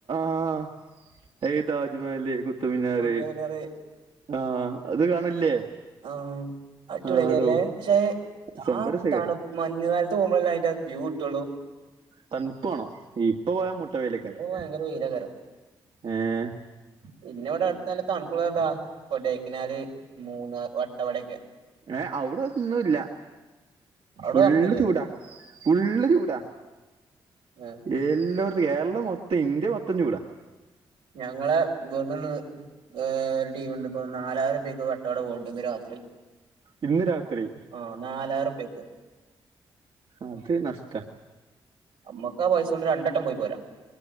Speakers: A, on the right (about 60°); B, on the right (about 85°).
A: ആഹ താജ്മലേ കു തമിഴ്നാട്
B: കുത്തബ്മിനാർ
A: ആഹ് അത് കാണല്ലേ
B: ആഹ് അടിപൊളിയ്ക്കലെ
A: ആടോ
B: പക്ഷെ
A: സംഭരസേഖരം
B: ആഹ് തണു മഞ്ഞുകാലത്ത് പോകുമ്പല്ലെ അയ്ന്റെ വ്യൂ തുളു
A: തൺപ്പ് വാണം. ഇപ്പൊ പോയാ മുട്ടവേയ്ലെക്കാരിം.
B: ഇപ്പൊ ഭയങ്കര വെയിലാകാരം
A: ഏഹ്
B: പിന്നെ ഇവടെ അടുത്ത ന്നല്ലെ തൺപ്പുള്ളത് എന്താ ഇപ്പൊകൊടേകനാല്, മൂന്ന്ർ, വട്ടവടൊക്കെ.
A: ഏഹ് ഔടൊന്നുല്ല.
B: അവിടെ
A: ഫുള്ള്ചൂടാ,
B: തണുപ്പില്ലേ
A: ഫുള്ള്ചൂടാ
B: ഏഹ്
A: എല്ലോട് കേരളംമൊത്തം ഇന്ത്യമൊത്തം ചൂടാ.
B: ഞങ്ങളെ ഇബെന്ന്ണ്ട് ഏഹ് ഒര് ടീമ്ണ്ട് ഇപ്പൊന്നാലായിറുപ്യ ക്ക് വട്ടവട പോക്ണ്ട് ഇന്ന് രാത്രി.
A: ഇന്ന് രാത്രി
B: ആഹ് നാലായിരം റുപ്യക്ക്
A: അത് നഷ്ട്ടാ
B: നമ്മക്ക് ആ പൈസ കൊണ്ട് രണ്ടട്ടം പോയി പോരാ